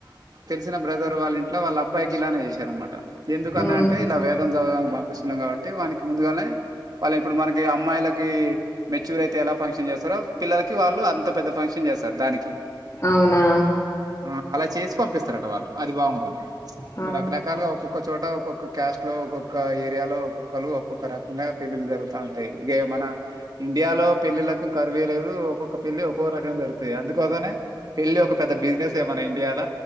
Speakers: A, on the right; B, on the left.
A: ల్సిన బ్రదర్ వాళ్ళ ఇంట్ల వాళ్ళ అబ్బాకిలానే చేశారమాట్ ట. ఎందుకన్నా
B: హ్మ్.
A: అంటే ఇలా వేదం చదవదనికి పంపిస్తున్నాం కాబట్టి. వానికి ముందుగానే వల్లై ఇప్పుడు మనకి అమ్మాయిలకి మెచ్యూర్ అయితే, ఎలా ఫంక్షన్ చేస్తారో. పిల్లలకి వాళ్ళు అంత పెద్ద ఫంక్షన్ చేస్తారు. దానికి
B: అవునా!
A: ఆ అలా చేసి పంపిస్ తరట. వాళ్ళు అది బాగుంటది
B: ఆ
A: రకరకాలుగా ఒక్కొక్క చోట ఒక్కొక్ క్క క్యాస్ట్ లో, ఒక్కొక్క ఏరియాలో, ఒక్కొక్కళ్ళు, ఒక్కొక్క రకంగా పెళ్లిళ్లు జరుగుతాన్ టాయి. ఇగే మన ఇండియాలో పెళ్ళిళ్లకు కరువే లేదు. ఒక్కొక్క పెళ్లి ఒక్కోరకం జరుగుతాయి. అందుకోసమే పెళ్లి ఒక పెద్ద బిజినెసే, మన ఇండియాల